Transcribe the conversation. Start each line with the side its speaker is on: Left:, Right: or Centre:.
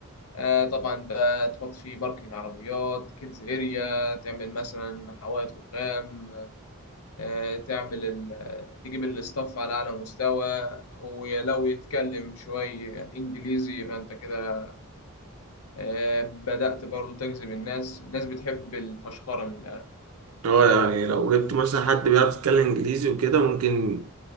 Left: آه، طبعا بقى تحط فيه باركينج عربيات كيدز اريا تعمل مثلا حوائط رخام آه، تعمل ال... تجيب الاستاف على أعلى مستوى ولو يتكلم شوية إنجليزي يبقى أنت كده آه، بدأت برضو تجذب الناس الناس بتحب الفشخرة من الآخر
Right: هو يعني لو جبت مثلا حد بيعرف يتكلم انجليزي وكده ممكن